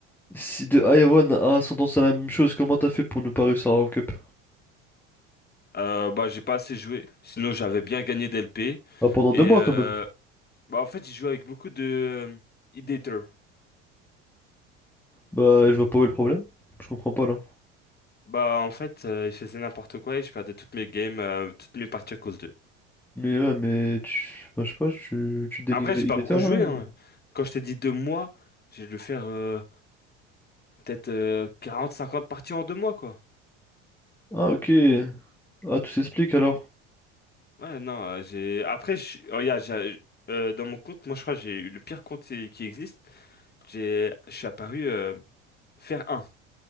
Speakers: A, in the centre; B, on the left.
A: Si de Iron a ascendance à la même chose, comment t'as fait pour ne pas réussir à rank up?
B: Euh, bah j'ai pas assez joué. Sinon j'avais bien gagné d'LP
A: Bah, pendant
B: et
A: deux mois
B: euh,
A: quand même.
B: bah en fait j'ai joué avec beaucoup de euh, Ideator.
A: Bah, je vois pas où est le problème. Je comprends pas là.
B: Bah en fait euh, il faisait n'importe quoi et je perdais toutes mes games, euh, toutes mes parties à cause d'eux.
A: Mais ouais, mais tu. Enfin, je sais pas, tu, tu dénigres
B: Après,
A: les
B: j'ai
A: Idéter
B: pas beaucoup joué.
A: là? ou-
B: hein. Quand je t'ai dit deux mois, j'ai dû faire euh, peut-être euh, 40-50 parties en deux mois, quoi.
A: Ah, ok. Ah, tout s'explique alors.
B: Ouais, non, euh, j'ai. Après, je... oh, regarde, j'ai- euh, dans mon compte, moi, je crois que j'ai eu le pire compte qui qui existe. J'ai, je suis apparu euh, faire un